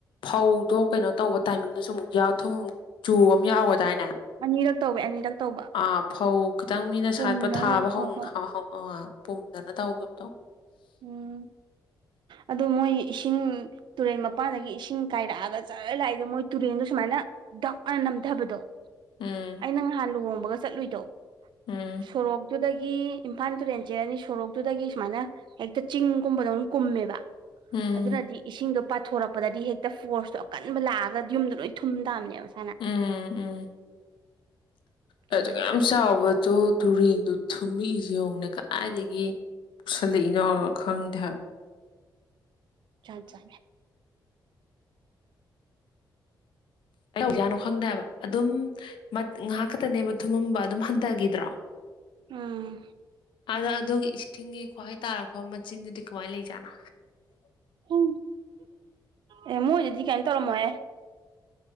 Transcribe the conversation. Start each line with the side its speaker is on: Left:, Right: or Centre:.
Left: ꯐꯧꯗꯣ ꯀꯩꯅꯣ ꯇꯧꯕ ꯇꯥꯏꯃꯤꯡꯗꯁꯨ ꯑꯃꯨꯛ ꯊꯨꯝ ꯆꯨ ꯑꯃ ꯌꯥꯎꯒꯗꯥꯏꯅꯦ
Right: ꯑꯅꯤꯔꯛ ꯇꯧꯋꯦ ꯑꯅꯤꯔꯛ ꯇꯧꯕ
Left: ꯑ ꯐꯧ ꯈꯤꯇꯪ ꯃꯤꯅ
Right: ꯄꯨꯝꯅꯔꯕꯗꯣ
Left: ꯁꯥꯠꯄ ꯊꯥꯕ ꯍꯧ
Right: ꯍꯣꯏ ꯍꯣꯏ
Left: ꯑ ꯄꯨꯝꯗꯅ ꯇꯧꯈꯤꯕꯇꯣ
Right: ꯎꯝ ꯑꯗꯨꯣ ꯃꯣꯏ ꯏꯁꯤꯡ ꯇꯨꯔꯦꯟ ꯃꯄꯥꯟꯗꯒꯤ ꯏꯁꯤꯡ ꯀꯥꯏꯔꯛꯑꯒ ꯆꯥꯔ ꯂꯥꯛꯏꯗꯣ ꯃꯣꯏ ꯇꯨꯔꯦꯜꯗꯣ ꯁꯨꯃꯥꯏꯅ ꯗꯎꯅꯥꯅ ꯅꯝꯊꯕꯗꯣ
Left: ꯎꯝ
Right: ꯑꯩꯅ ꯉꯍꯥꯟ ꯂꯨꯍꯣꯡꯕꯒ ꯆꯠꯂꯨꯏꯗꯣ
Left: ꯎꯝ
Right: ꯁꯣꯔꯣꯛ ꯑꯗꯨꯨꯗꯒꯤ ꯏꯝꯐꯥꯜ ꯇꯨꯔꯦꯟ ꯆꯦ ꯑꯅꯤ ꯁꯣꯔꯣꯛꯇꯨꯗꯒꯤ ꯁꯨꯃꯥꯏꯅ ꯍꯦꯛꯇ ꯆꯤꯡꯒꯨꯝꯕꯗ ꯀꯨꯝꯃꯦꯕ
Left: ꯎꯝ
Right: ꯑꯗꯨ꯭ꯔꯗꯤ ꯏꯁꯤꯡꯗꯣ ꯄꯥꯊꯣꯔꯛꯄꯗꯗꯤ ꯍꯦꯛꯇ ꯐꯣꯔꯁꯇꯣ ꯑꯀꯟꯕ ꯂꯥꯛꯑꯒ ꯌꯨꯝꯗꯣ ꯂꯣꯏ ꯊꯨꯝ ꯇꯕꯅꯦꯕ
Left: ꯎꯝ ꯎꯝ
Right: ꯀꯤꯖꯩ
Left: ꯍꯁꯨ ꯀ ꯆꯥꯎꯕꯗꯣ ꯇꯨꯔꯦꯟꯗꯣ ꯊꯨꯝꯃꯛꯏꯁꯤ ꯌꯦꯧꯅꯦ ꯀꯗꯥꯏꯗꯒꯤ ꯄꯨꯁꯜꯂꯛꯏꯅꯣ ꯈꯪꯗꯦ ꯍꯥꯏꯕ
Right: ꯆꯥ ꯆꯦ
Left: ꯀ ꯍꯧꯖꯥꯠꯅꯣ ꯈꯪꯗꯦꯕ ꯑꯗꯨꯝ ꯉꯥꯏꯍꯥꯛ ꯈꯛꯇꯅꯦꯕ ꯊꯨꯝꯃꯝꯕ ꯑꯗꯨꯝ ꯍꯟꯊꯈꯤꯗ꯭ꯔꯣ
Right: ꯑꯥ
Left: ꯑꯗ ꯑꯗꯨꯒꯤ ꯏꯁꯤꯡꯒꯤ ꯈ꯭ꯋꯥꯍꯩ ꯇꯥꯔꯛꯄ ꯃꯆꯤꯟꯗꯨꯗꯤ ꯀꯃꯥꯏꯅ ꯂꯩꯖꯥꯠꯅꯣ
Right: ꯎ ꯑꯦ ꯃꯣꯏꯗꯗꯤ ꯀꯥꯏꯝ ꯇꯧꯔꯝꯃꯣꯍꯦ